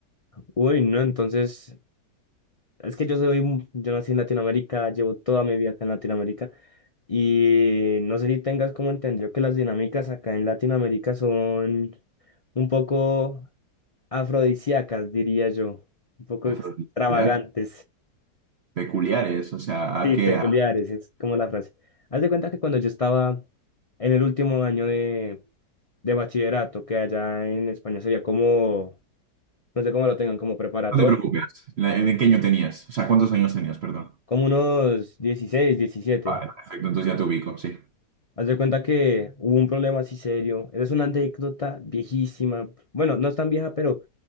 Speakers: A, on the left; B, on the right.
A: uy, no, entonces, es que yo soy, un- yo nací en Latinoamérica, llevo toda mi vida acá en Latinoamérica y no sé si tengas como entendido que las dinámicas acá en Latinoamérica son un poco afrodisíacas, diría yo, un poco
B: afrodisíaco,
A: extravagantes,
B: peculiares, o sea,
A: sí,
B: ¿a qué?
A: peculiares,
B: a-
A: es como la frase. Haz de cuenta que cuando yo estaba en el último año de, de bachillerato, que allá en España sería como no sé cómo lo tengan, como preparatoria,
B: No te preocupes, La- ¿de qué año tenías? O sea, ¿cuántos años tenías, perdón?
A: como unos dieciséis diecisiete
B: Vale, perfecto, entonces ya te ubico, sí.
A: Haz de cuenta que hubo un problema así serio. Esa es una anécdota viejísima. Bueno, no es tan vieja, pero